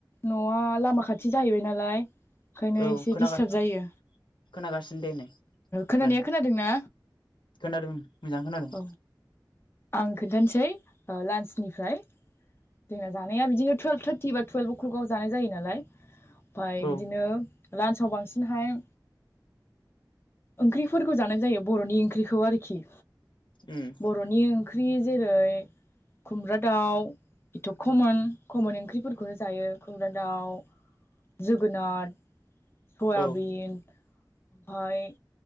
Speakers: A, on the left (about 30°); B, on the left (about 80°).
A: न'आ लामा खाथि जाहैबाय नालाय ओंखायनो
B: औ
A: एसे
B: खोनागासिनो
A: दिडिस्टार्ब जायो
B: खोनागासिनो दे नै
A: खोनानाया
B: ओं
A: खोनादोंना?
B: खोनादों मोजां खोनादों।
A: औ आं खोन्थानोसै लान्सनिफ्राय जोंना जानाया बिदिनो टुयेल्भ थार्टि बा टुयेल्भ कुकाव जानाय जायो नालाय ओमफफ्राय
B: औ
A: बिदिनो लान्सआव बांसिनहाय ओंख्रिफोरखौ जानाय जायो बर'नि ओंख्रिखौ आरोखि
B: उम
A: बर'नि ओंख्रि जेरै खुमब्रा दाउ बेथ' खमन खमन ओंख्रिफोरखौनो जायो खुमब्रा दाउ जोगोनार सयाबिन
B: औ
A: ओमफाय